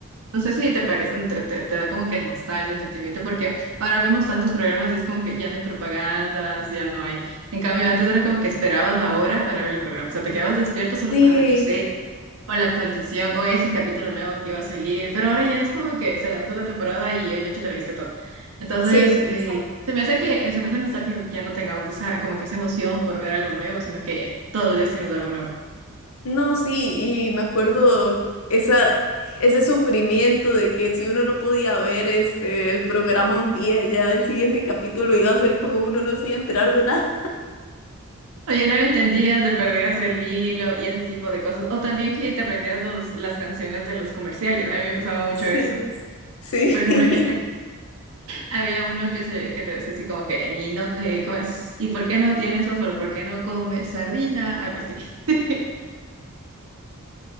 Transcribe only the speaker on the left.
Sí,
sí.
No, sí, y me acuerdo esa, ese sufrimiento de que si uno no podía ver este el programa un día, ya el siguiente capítulo iba a ser como uno no se iba a enterar de nada.
Sí,
sí.
<laughs>